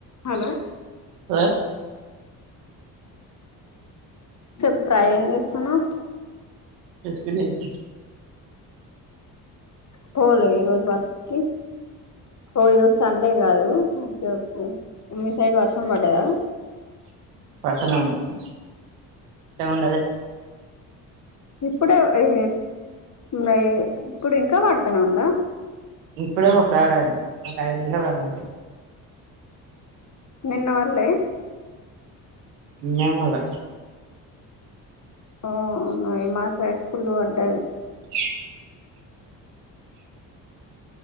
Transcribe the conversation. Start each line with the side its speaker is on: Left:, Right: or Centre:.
Left: hello
Right: ఆ
Left: చెప్పు రా ఏం చేస్తున్నావ్
Right: ఎక్స్పీరియన్స్
Left: పోలే ఈరోజు వర్క్ కి ఓ ఈరోజు సండే కాదు ఓకే ఓకే మీ సైడ్ వర్షం పడ్డాయా
Right: నడుస్తూనే ఉన్నాయ్ ఎంఉండాది
Left: ఇప్పుడే ఈ ఈ ఇప్పుడు ఇంకా వాడుతనే ఉందా
Right: ఇప్పుడే కొషడ అయింది ఒక ఐదు నిమిషాలు అంతే
Left: నిన్న వాళ్ళే
Right: నేమోలే
Left: ఓ న మా సైడ్ ఫుల్ పడ్డది
Right: చె